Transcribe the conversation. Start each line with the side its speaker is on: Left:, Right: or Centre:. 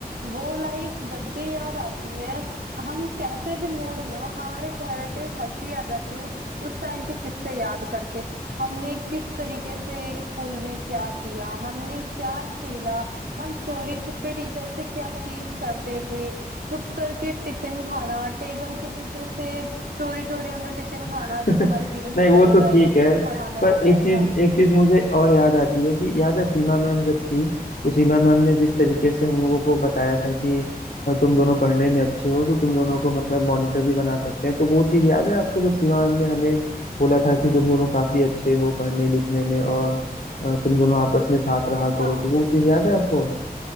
Right: वो लाइफ जब भी याद आती है हम कैसे भी मूड में हो हमारे चेहरे पे एक हंसी आ जाती है उस टाइम के किस्से याद करके हमने किस तरीके से स्कूल में क्या किया हमने क्या खेला हम चोरी छुपे टीचर से क्या चीज करते थे छुप करके टिफिन खाना टेबल के नीचे से चोरी चोरी हमने टिफिन खाना
Left: <laughs>
Right: जब हमारे पीरियड्स
Left: नहीं वो
Right: चल
Left: तो
Right: रहे
Left: ठीक
Right: हो टीचर
Left: है
Right: पढ़ाने
Left: पर
Right: आ जाए
Left: एक चीज
Right: सारी चीजें
Left: एक चीज मुझे और याद आती है कि याद है सीमा मैम जब थी तो सीमा मैम ने जिस तरीके से हम लोगों को बताया था कि अ, तुम दोनों पढ़ने में अच्छे हो तो तुम दोनों को मतलब मॉनिटर भी बना सकते हैं तो वो चीज याद है आपको जब सीमा मैम ने हमें बोला था कि तुम दोनों काफी अच्छे हो पढ़ने लिखने में और अ, तुम दोनों आपस में साथ रहा करो
Right: हाँ
Left: तो वो चीज याद है आपको